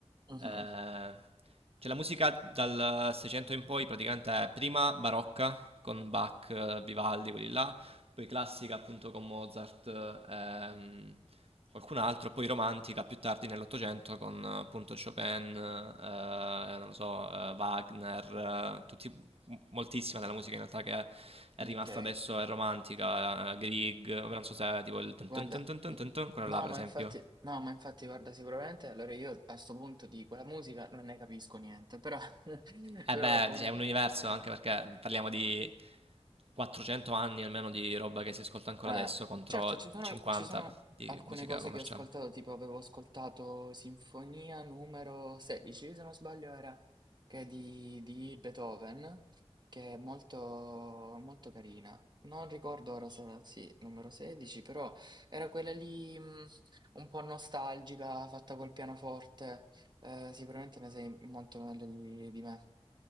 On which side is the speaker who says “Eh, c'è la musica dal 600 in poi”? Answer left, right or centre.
Right